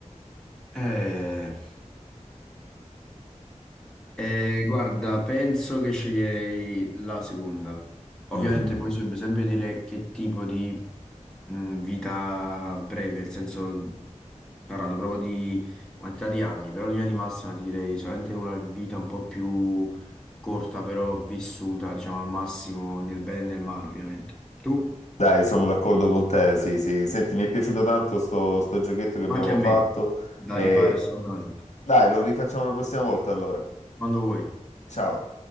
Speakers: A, in the centre; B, on the left (about 65°).
A: Eh, Eh, guarda, penso che sceglierei la seconda. Ovviamente
B: Mm.
A: poi si dovrebbe sempre dire che tipo di mh, vita breve, nel senso parlando proprio di quantità di anni, però in linea di massima ti direi solamente una vita un po' più corta, però vissuta, diciamo, al massimo nel bene e nel male, ovviamente. Tu?
B: Dai, sono d'accordo con te, sì, sì. Senti, mi è piaciuto tanto sto, sto giochetto che abbiamo
A: Ma anche a me,
B: fatto
A: da
B: e
A: rifare assolutamente.
B: dai, lo rifacciamo la prossima volta allora.
A: Quando vuoi.
B: Ciao.